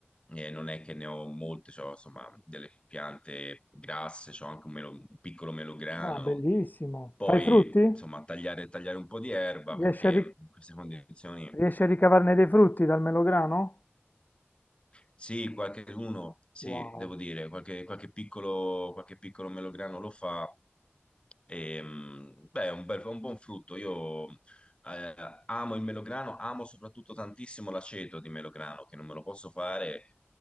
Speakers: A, on the left; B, on the left.
A: eh, non è che ne ho molte, c'ho, insomma, delle piante grasse, c'ho anche un, melo- un piccolo melograno.
B: Ah, bellissimo.
A: Poi,
B: Fai frutti?
A: insomma, tagliare, tagliare un po' di erba perché
B: Riesci a, ri-
A: in queste condizioni
B: riesci a ricavarne dei frutti dal melograno?
A: sì, qualcheduno, sì,
B: Wow.
A: devo dire, qualche, qualche piccolo, qualche piccolo melograno lo fa. E, mh, beh, è un bel- è un buon frutto. Io eh, amo il melograno, amo soprattutto tantissimo l'aceto di melograno, che non me lo posso fare